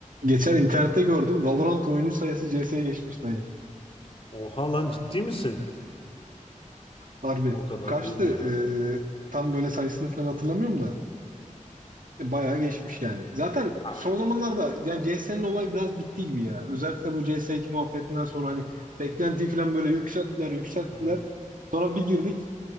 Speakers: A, on the right (about 85°); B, on the left (about 45°).
A: Geçen internette gördüm. Valorant oyuncu sayısı CS'ye geçmiş dayı.
B: Oha lan ciddi misin?
A: Harbi.
B: O kadar
A: Kaçtı?
B: değil ya.
A: Ee, tam böyle sayısını falan hatırlamıyorum da. E, Bayağı geçmiş yani. Zaten
B: Abi,
A: son zamanlarda yani CS'nin olayı biraz bitti gibi ya. Özellikle bu CS2 muhabbetinden sonra hani beklentiyi falan böyle yükselttiler, yükselttiler.
B: Ben,
A: Sonra bir girdik.